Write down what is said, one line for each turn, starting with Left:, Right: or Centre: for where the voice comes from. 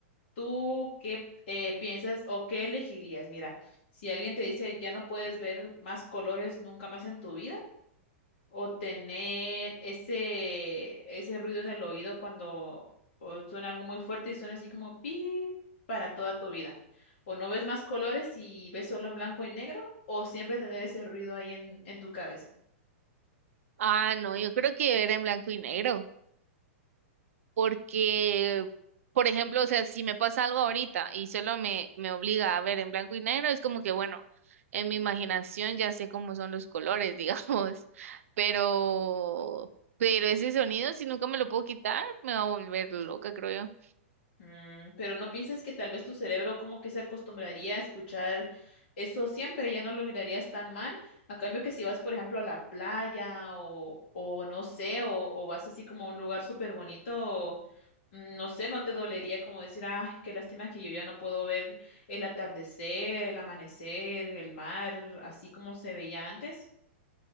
Left: ¿tú qué eh, piensas o qué elegirías? Mira, si alguien te dice ya no puedes ver más colores nunca más en tu vida, o tener ese, ese ruido en el oído cuando o suena algo muy fuerte y suena así como pi para toda tu vida, o no ves más colores y ves solo en blanco y negro, o siempre tener ese ruido ahí en, en tu cabeza.
Right: Ah, no, yo creo que era en blanco y negro, porque, por ejemplo, o sea, si me pasa algo ahorita y solo me, me obliga a ver en blanco y negro, es como que, bueno, en mi imaginación ya sé cómo son los colores, <laughs> digamos, pero, pero ese sonido, si nunca me lo puedo quitar, me va a volver loca, creo yo.
Left: Mm, pero no piensas que tal vez tu cerebro como que se acostumbraría a escuchar eso siempre, ya no lo mirarías tan mal. A cambio que si vas, por ejemplo, a la playa o, o no sé, o, o vas así como a un lugar súper bonito, mm, no sé, no te dolería como decir, ay, qué lástima que yo ya no puedo ver el atardecer, el amanecer, el mar, así como se veía antes.